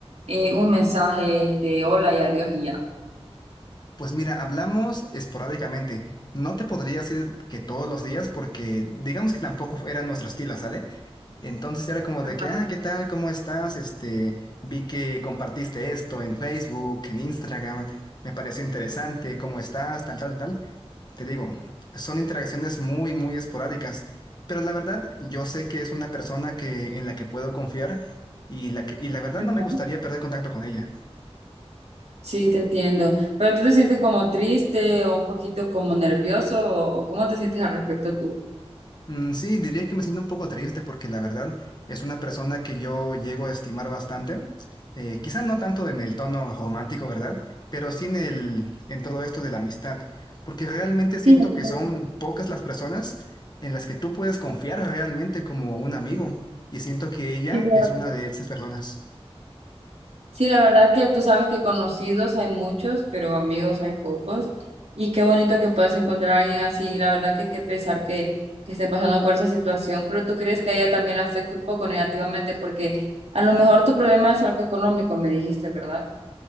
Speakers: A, on the right; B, on the left.
A: eh, un mensaje de hola y adiós y ya.
B: Pues mira, hablamos esporádicamente. No te podría decir que todos los días porque digamos que tampoco fu- era nuestro estilo, ¿sale? Entonces era como
A: Ajá,
B: de que, ah, ¿qué tal? ¿Cómo estás? Este, vi que compartiste esto en Facebook, en Instagram, me pareció interesante, ¿cómo estás? Tal, tal, tal. Te digo, son interacciones muy, muy esporádicas, pero la verdad yo sé que es una persona que, en la que puedo confiar y la, que- y la verdad
A: ajá.
B: no me gustaría perder contacto con ella.
A: Sí, te entiendo. Pero tú te sientes como triste o un poquito como nervioso o, o cómo te sientes al respecto tú?
B: Mm, sí, diría que me siento un poco triste porque la verdad es una persona que yo llego a estimar bastante, eh, quizá no tanto en el tono romántico, ¿verdad? Pero sí en el, en todo esto de la amistad, porque realmente siento
A: Sí,
B: que
A: sí,
B: son pocas las personas en las que tú puedes confiar realmente como un amigo y siento que ella
A: sí, la
B: es
A: verdad.
B: una de esas personas.
A: Sí, la verdad que tú sabes que conocidos hay muchos, pero amigos hay pocos. Y qué bonito que puedas encontrar a alguien así. Y la verdad que qué pesar que, que estén pasando por esa situación, pero tú crees que a ella también le afecta un poco negativamente porque a lo mejor tu problema es algo económico, me dijiste, ¿verdad?